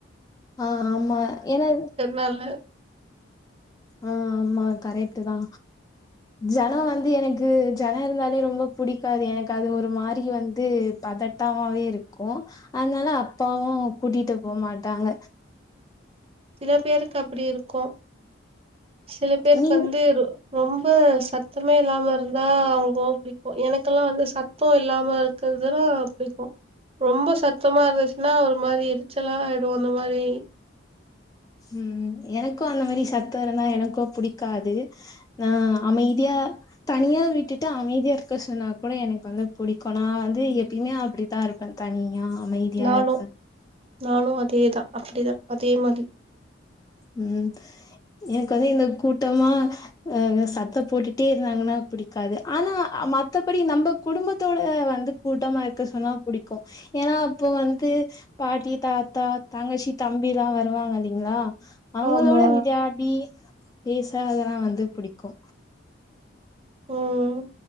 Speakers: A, on the left; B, on the right.
A: ஆ ஆமா ஏனா
B: நல்லே
A: ஆ ஆமா கரெக்ட்டு தா ஜனோ வந்து எனக்கு ஜனம் இருந்தாலே ரொம்ப புடிக்காது எனக்கு அது ஒரு மாரி வந்து பதட் டமாவே இருக்கு அதுனால அப்பாவு கூட்டிட்டு போமாட்டாங்க
B: சில பேருக்கு அப்டி இருக்கு சில பேருக்கு
A: நீங்க
B: வந்து ரொம்ப சத்தமே இல்லாம இருந்தா அவுங்ளுக்கு ரொம்ப புடிக்கு எனக்கெல்லா வந்து சத் சத்தோ இல்லாம இருக்கிறதுன்னா புடிக்கு ரொம்ப சத்தமா இருந்துச்சுன்னா ஒரு மாரி எரிச்சலா ஆயிடு அந்த மாரி
A: ம் ம் எனக்கு அந்த மாரி சத்தோ இருந்தா எனக்கு புடிக்காது ஆ அமைதியா தனியா விட்டுட்டு அமைதியா இருக்க சொன்னா கூட எனக்கு வந்து புடிக்கு நா வந்து எப்பயுமே அப்படித்தா இருப்பே தனியா அமைதியா
B: நானு
A: இருப்பே
B: நானு அதேதா அப்டிதா அதே மாதி
A: ம் எனக்கு வந்து இந்த கூட்டமா அ அ சத்த போட்டுட்டே இருந்தாங்கன்னா பிடிக்காது ஆனா மத்தபடி நம்ம குடும்பத்தோட வந்து கூட்டமா இருக்க சொன்னா புடிக்கு ஏன்னா அப்போ வந்து பாட்டி தாத்தா தங்கச்சி தம்பில்லா வருவாங்க இல்லைங்களா அவங்களோட
B: ஆமா
A: விளையாடி பேச அதெல்லா வந்து புடிக்கு
B: ம்